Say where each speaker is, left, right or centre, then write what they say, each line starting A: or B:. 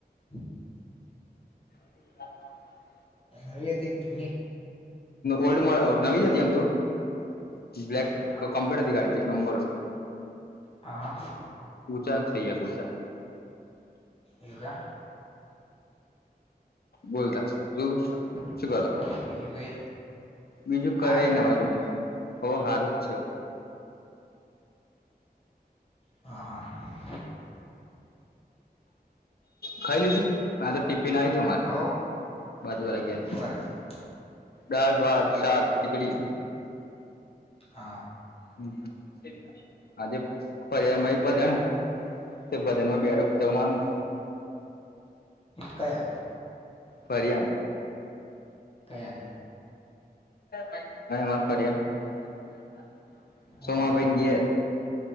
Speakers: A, on the left (about 35°); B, on the left (about 70°).
A: હમ..
B: હા..
A: નવી હતી, <inaudible> એક જૂની.
B: ઓલ્ડ નવી જ હતી, એમ તો. બ્લલેક
A: હા
B: કમ્પ્યુટર હતી, ગાડીથી <inaudible> એક નંબર.
A: હા..
B: કૂચા થઈ ગયા કૂચા
A: યો <inaudible> આ
B: બોલતા, તું
A: એમ
B: શું કરો.
A: બીજું કઈ
B: બીજું
A: સારું
B: કઈ ન
A: છે
B: અવાજુને
A: ને એમને
B: બઉ સારું જ છે.
A: હા.. હા..
B: ખાઈ લીધી, <inaudible> હ તો ટિફિન આ.. તું
A: હવ
B: માન બાજુ વાળા ઘરેથી
A: શું આવ્યું તું
B: દાળ, ભાત, શાક, ખીચડી..
A: હા..
B: હમ.. <inaudible> એક આજે ફરિયામાં <inaudible> ભજણ <unintelligible> અહે ને, તે ભજનમાં બે જવાનું.
A: કઈ આગડી.
B: ફરિયામ
A: ક્યાં આગળ
B: અહીં માં ફરીયા, એમ
A: હું
B: સોમાભાઈની
A: નામ એમ?
B: ઘેર.